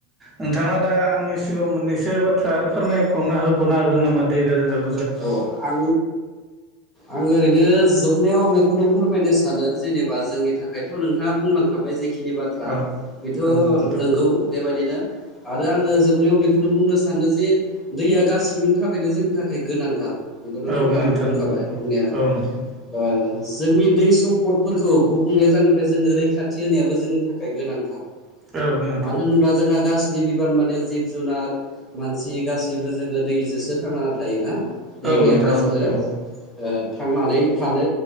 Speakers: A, on the right; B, on the left.
A: नोंथाङा दा आंनि सिगांआव मोननैसो बाथ्रा आरो फोरमायबावना होबावनो हागोन नामा दैे <unintelligible>
B: औ आं आं ओरैनो जो जोबनायाव बेखौनो फोरमायनो सानो जेनेबा जोंनि थाखायथ' नोंथाङा बुंलांखाबाय जि खिनि बाथ्रा
A: औ
B: बेथ'
A: औ नोंथां
B: नंगौ बेबायदि या आरो आङो जोबनायाव बेखौनो बुंनो सानो जे दैया गासिनि थाखायबो जोंनिबो थाख ओइ गोनांथार खौथ'
A: औ
B: नोंथाङाबो
A: गोनांथार
B: बुंखाबाय
A: नोंथां औ
B: बुंनाया
A: औ नोंथां
B: ओ जोंनि दै सम्पद फोरखौ गुबुंले जानोफाय जोङो रैखाथि होनायाबो जोंनि थाखाय गोनांथार
A: औ गोनांथार
B: मानो होनब्ला जोंहा गास नि बिबार माने जिब जुनार मानसि गासैबो जोङो दैजोसो थांना थायोना दै
A: औ
B: गैयाबा
A: नोंथां औ
B: जोङो
A: औ
B: ओ थांनानै थानो